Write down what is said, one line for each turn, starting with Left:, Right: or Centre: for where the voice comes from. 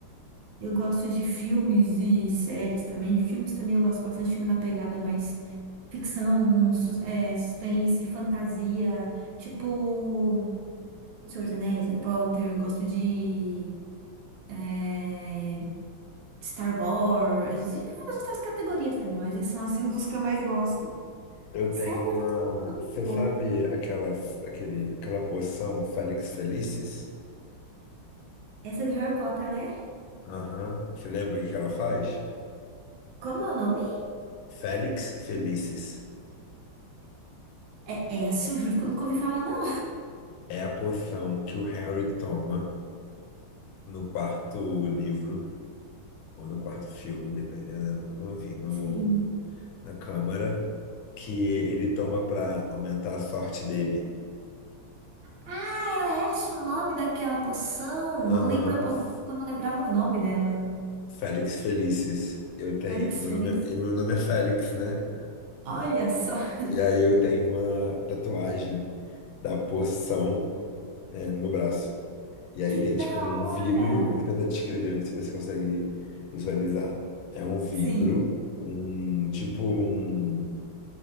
Right: eu gosto de filmes e séries também. Filmes também eu gosto bastante, filme na pegada mais ficção, um sus- é, suspense, fantasia, tipo Senhor dos Anéis, Harry Potter. Eu gosto de é, Star Wars e várias outras categorias também, mas esses são assim dos que eu mais gosto.
Left: Eu
Right: Sério,
Left: tenho
Right: eu
Left: uma.
Right: assisto tudo
Left: Você
Right: um pouco.
Left: sabe aquela, aquele, aquela poção Felix Felicis?
Right: Essa é de Harry Potter, né?
Left: Aham. Você lembra o que que ela faz?
Right: Como é o nome?
Left: Felix Felicis.
Right: É Esso, juro que eu nunca ouvi falar, não.
Left: É a poção que o Harry toma no quarto livro, ou no quarto filme, dependendo, né, no, no- enfim, no,
Right: Sim.
Left: na Câmara, que ele toma para aumentar a sorte dele.
Right: Ah, é Esso o nome daquela poção.
Left: Aham,
Right: Eu lembro a poção
Left: F-
Right: só quando eu lembrava o nome dela.
Left: Félix Felicis. Eu tenho,
Right: Olha que
Left: e meu nome,
Right: delícia.
Left: é- e meu nome é Félix, né?
Right: Olha só,
Left: E
Right: <laughs>
Left: aí eu tenho uma tatuagem da poção, é, no meu braço. E aí
Right: que
Left: tem tipo
Right: da
Left: um
Right: hora.
Left: vidro, eu vou tentar descrever, ver se você consegue visualizar. É um vidro,
Right: Sim.
Left: um tipo um,